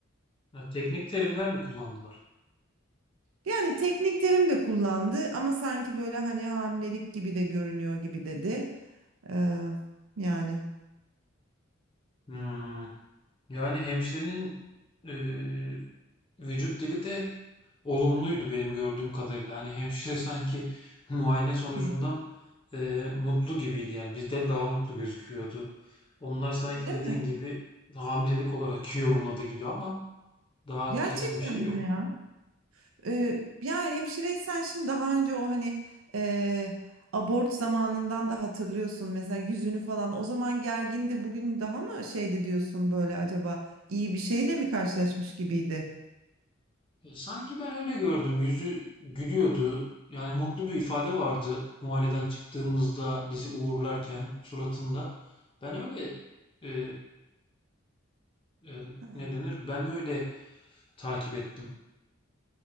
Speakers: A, on the left; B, on the right.
A: Ya, teknik terimler mi kullandılar?
B: Yani teknik terim de kullandı ama sanki böyle hani hamilelik gibi de görünüyor gibi dedi. Ee, yani
A: Hmm. Yani hemşirenin e, vücut dili de Olumluydu benim gördüğüm kadarıyla. Hani hemşire sanki muayene sonucundan
B: Hı.
A: e, mutlu gibiydi yani. Bizden daha mutlu gözüküyordu. Onlar sanki
B: öyle
A: dediğin
B: mi?
A: gibi hamilelik olarak <laughs> yorumladı gibi ama daha
B: Gerçekten
A: kesin bir şey
B: mi
A: yok.
B: ya? Ee, ya hemşireysen şimdi daha önce o hani e, abort zamanından da hatırlıyorsun mesela yüzünü falan o zaman gergindi bugün daha mı şeydi diyorsun böyle acaba iyi bir şeyle mi karşılaşmış gibiydi?
A: E, Sanki ben öyle gördüm. Yüzü gülüyordu. Yani mutlu bir ifade vardı muayeneden çıktığımızda bizi uğurlarken suratında. Ben öyle e, e,
B: Ha,
A: ne denir? Ben öyle takip ettim.